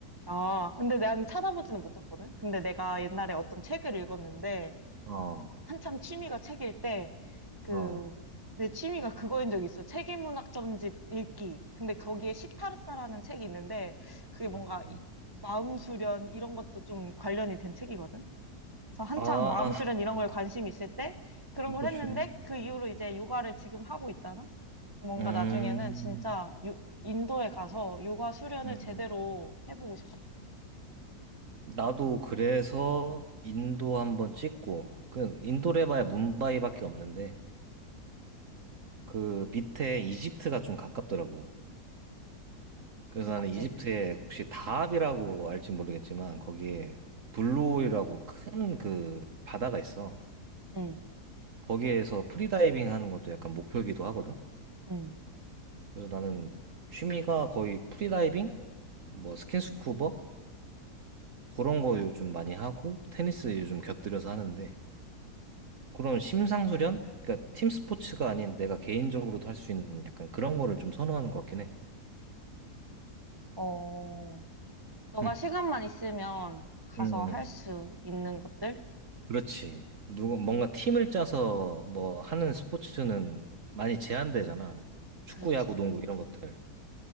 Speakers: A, on the right (about 30°); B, on the right (about 55°).
A: 아, 근데 난 찾아보지는 못했거든. 근데 내가 옛날에 어떤 책을 읽었는데
B: 어,
A: 한참 취미가 책일 때, 그,
B: 어.
A: 내 취미가 그거인 적이 있어. 세계문학점집 읽기. 근데 거기에 시타르타라는 책이 있는데, 그게
B: 알았어.
A: 뭔가 이- 마음 수련 이런 것도 좀 관련이 된 책이거든. 그래서 한창
B: 아,
A: 마음 수련 이런
B: 음,
A: 거에 관심 있을 때 그런
B: 그거
A: 걸 했는데,
B: 중요해.
A: 그 이후로 이제 요가를 지금 하고 있잖아. 뭔가
B: 음,
A: 나중에는 진짜 요- 인도에 가서 요가 수련을
B: 음.
A: 제대로 해보고 싶어.
B: 나도 그래서 인도 한번 찍고, 그 인도를 해봐야 뭄바이밖에 없는데, 그 밑에 이집트가 좀 가깝더라고. 그래서
A: 가깝지?
B: 나는 이집트에 혹시 다합이라고 알지 모르겠지만 거기에 블루홀이라고 큰 그 바다가 있어.
A: 응,
B: 거기에서 프리다이빙 하는 것도 약간 목표이기도 하거든.
A: 응.
B: 그래서 나는 취미가 거의 프리다이빙, 뭐 스킨스쿠버 그런 거 요즘 많이 하고 테니스 요즘 곁들여서 하는데 그런 심상수련? 그러니까 팀 스포츠가 아닌 내가 개인적으로도 할 수 있는 약간 그런 거를 좀 선호하는 것 같긴 해.
A: 어, 너가
B: 음.
A: 시간만 있으면 가서
B: 음.
A: 할 수 있는 것들?
B: 그렇지. 누가 뭔가 팀을 짜서 뭐 하는 스포츠는 많이 제한되잖아. 축구,
A: 그렇지.
B: 야구, 농구 이런 것들.